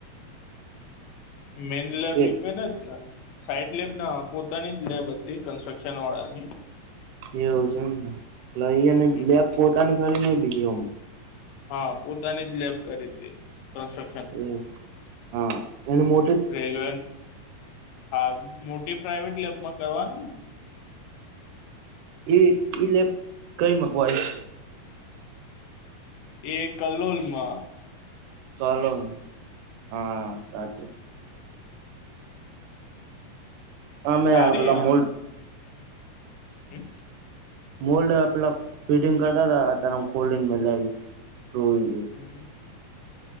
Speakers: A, on the left (about 85°); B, on the right (about 80°).
A: મેડલા
B: કે
A: બી કોઈને જ સાઈટ લેબ ના પોતાની જ લેબ હતી કન્સ્ટ્રક્શન વાળાની
B: એવું છે ને પલે અને
A: હમ
B: લબ પોતાની ખરી ન બીજમ
A: હા પોતાની જ લેબ કરી હતી <unintelligible>
B: એવુ હા એને મો
A: રેલવે હા મોટી પ્રાાઈવેટ લેબમાં કરવાનું ને.
B: ઈ ઈ લેપ કઈ મકવાય
A: એ કલોલ માં.
B: ચલો હા સાચું. અમે
A: સારી
B: આપેલા મૂલક.
A: હમ.
B: મોલ્ડ આપલા ફિટિંગ કરતા્યારે ખલ્ડ ઇન મે.
A: હમ.